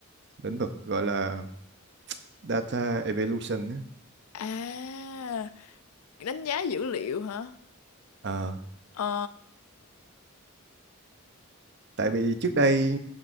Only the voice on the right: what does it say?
lĩnh vực gọi là data evolution á.
Ờ
tại vì trước đây